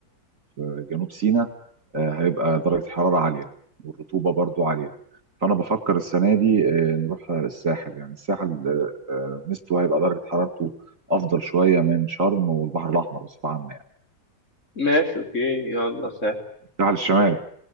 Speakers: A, on the right; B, on the left.
A: في جنوب سيناء آه، هيبقى درجة الحرارة عالية والرطوبة برضو عالية فأنا بفكر السنة دي آه، نروح آه، الساحل يعني الساحل آه، آه، ميزته هيبقى درجة حرارته أفضل شوية من شرم والبحر الأحمر بصفة عامة يعني
B: ماشي اوكي يلا ساحل
A: الساحل الشمالي